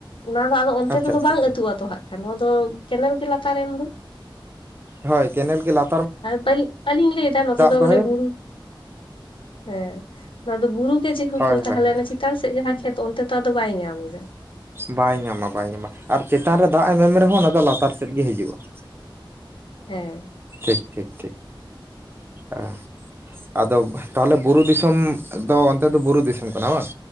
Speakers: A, on the left; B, on the right.
A: ᱚᱱᱟ ᱫᱚ ᱟᱫᱚ ᱚᱱᱛᱮ
B: ᱟᱪᱪᱷᱟ
A: ᱛᱮᱫᱚ
B: ᱟᱪᱪᱷᱟ
A: ᱵᱟᱝ
B: ᱟᱪᱪᱷᱟ᱾
A: ᱟᱹᱛᱩᱜᱼᱟ ᱛᱚ ᱦᱟᱸᱟᱜ ᱠᱷᱟᱱ ᱱᱚᱣᱟ ᱫᱚ ᱠᱮᱱᱮᱞ ᱜᱮ ᱞᱟᱛᱟᱨ ᱨᱮᱱ ᱫᱚ
B: ᱦᱚᱭ ᱠᱮᱱᱮᱞ ᱜᱮ ᱞᱟ
A: ᱟᱨ ᱵᱟᱹᱞᱤᱧ ᱞᱟᱹᱭᱫᱟ ᱱᱚᱛᱮ ᱫᱚ
B: ᱫᱚᱦᱚᱭᱮᱢ
A: ᱢᱟᱱᱮ ᱵᱩᱨᱩ ᱦᱮᱸ ᱱᱚᱣᱟ ᱫᱚ ᱵᱩᱨᱩ ᱜᱮ ᱡᱮᱦᱮᱛᱩ
B: ᱦᱳᱭ
A: ᱛᱟᱦᱞᱮ
B: ᱦᱳᱭ ᱦᱳᱭ
A: ᱪᱮᱛᱟᱱ ᱥᱮᱫ ᱡᱟᱦᱟᱸ ᱠᱷᱮᱛ ᱚᱱᱛᱮ ᱛᱚ ᱟᱫᱚ ᱵᱟᱭ ᱧᱟᱢ ᱮᱫᱟ
B: ᱵᱟᱭ ᱧᱟᱢᱟ ᱵᱟᱭ ᱧᱟᱢᱟ ᱟᱨ ᱪᱮᱛᱟᱱ ᱨᱮ ᱫᱟᱜ ᱮ ᱧᱟᱢ ᱨᱮᱦᱚᱸ ᱚᱱᱟ ᱫᱚ ᱞᱟᱛᱟᱨ ᱥᱮᱫ ᱜᱮ ᱦᱤᱡᱩᱜᱼᱟ <inaudible>
A: ᱦᱮᱸ
B: ᱴᱷᱤᱠ ᱴᱷᱤᱠ ᱴᱷᱤᱠ ᱟ ᱟᱫᱚ ᱛᱟᱦᱞᱮ ᱵᱩᱨᱩ ᱫᱤᱥᱚᱢ ᱫᱚ ᱚᱱᱛᱮ ᱫᱚ ᱵᱩᱨᱩ ᱫᱤᱥᱚᱢ ᱠᱟᱱᱟ ᱵᱟᱝ?